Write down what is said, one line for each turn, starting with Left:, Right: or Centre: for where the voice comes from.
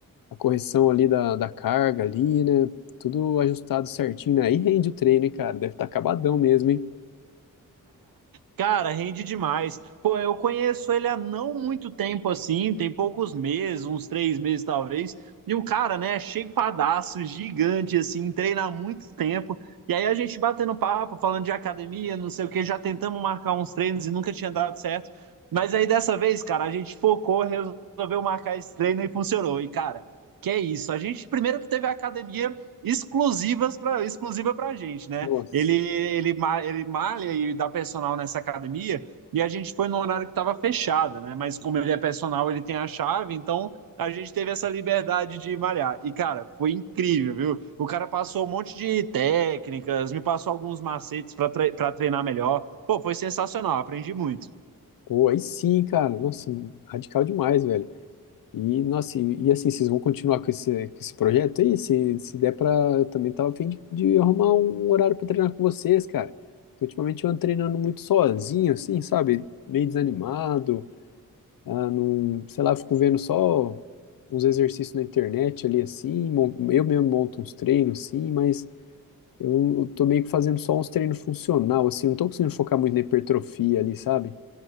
Left: a correção ali da, da carga ali, né? Tudo ajustado certinho, né? Aí rende o treino, hein, cara. Deve estar acabadão mesmo, hein?
Right: Cara, rende demais. Pô, eu conheço ele há não muito tempo assim, tem poucos meses, uns três meses talvez. E o cara, né, shapeadaço, gigante, assim, treina há muito tempo. E aí a gente batendo papo, falando de academia, não sei o que, já tentamos marcar uns treinos e nunca tinha dado certo. Mas aí dessa vez, cara, a gente focou, resolveu marcar esse treino e funcionou. E, cara, que é isso. A gente primeiro que teve a academia exclusivas para exclusiva pra gente, né?
Left: Nossa.
Right: Ele, ele, ma- ele malha e dá personal nessa academia, e a gente foi no horário que estava fechada, né? Mas como ele é personal, ele tem a chave, então a gente teve essa liberdade de malhar. E, cara, foi incrível, viu? O cara passou um monte de técnicas, me passou alguns macetes para treinar melhor. Pô, foi sensacional, aprendi muito.
Left: Pô, aí sim, cara. Nossa, radical demais, velho. E, nossa, e, e assim, vocês vão continuar com esse, com esse projeto aí? Se, se der pra, eu também tava a fim de, de arrumar um horário pra treinar com vocês, cara. Porque ultimamente eu ando treinando muito sozinho, assim, sabe? Meio desanimado, ah, não, sei lá, fico vendo só uns exercícios na internet ali, assim, mon- eu mesmo monto uns treinos, assim mas eu, eu tô meio que fazendo só uns treinos funcional, assim, não tô conseguindo focar muito na hipertrofia ali, sabe?